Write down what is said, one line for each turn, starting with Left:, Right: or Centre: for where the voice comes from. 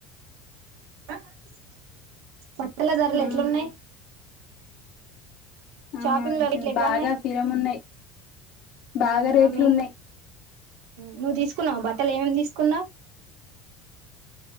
Right: ఉం పట్టల ధరలు
Left: హ్మ్.
Right: ఎట్లున్నాయి
Left: ఆ
Right: షాపింగ్ లో రేట్లు ఎట్లున్నాయి
Left: బాగా ఫిరం ఉన్నాయ్ బాగా
Right: అవునా
Left: రేట్లు
Right: మేము
Left: ఉన్నాయ్
Right: నువ్వు తీసుకున్నావా బట్టలు ఏమేమి తీసుకున్నావ్ కున్నా